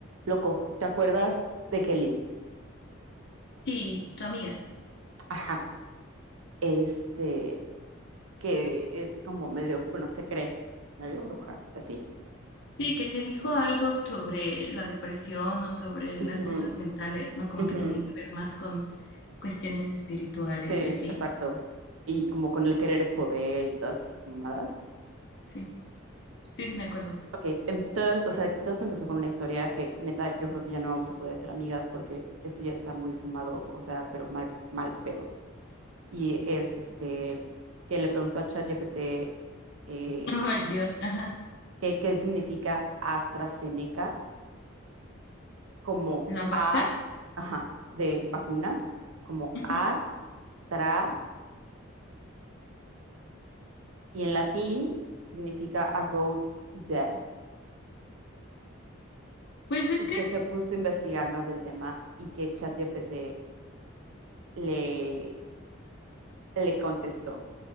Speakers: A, on the right; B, on the left.
A: Loco, ¿te acuerdas de Kelly?
B: Sí, tu amiga.
A: Ajá, este, que es como medio, bueno, se cree, medio bruja y así.
B: Sí, que te dijo algo sobre la depresión o sobre
A: Ujú,
B: las cosas mentales, ¿no? Como
A: ujú,
B: que tenía que ver más con cuestiones espirituales
A: Sí,
B: y así.
A: exacto. Y como con el querer es poder y todas esas mamadas.
B: Sí, sí, sí, me acuerdo.
A: Ok, entonces, o sea, que todo esto empezó con una historia que, neta, yo creo que ya no vamos a poder ser amigas porque esto ya está muy fumado, o sea, pero mal, mal pedo. Y es, este, que le preguntó a ChatGPT eh,
B: <laughs> Ay, Dios, ajá.
A: qué, qué significa AstraZeneca como
B: ¿La marca?
A: A, ajá, de vacunas, como
B: Ujú.
A: AstraZeneca. Y en latín significa A Road to Death.
B: Pues es
A: Y
B: que
A: que
B: es-
A: se puso a investigar más del tema y que ChatGPT le, le contestó.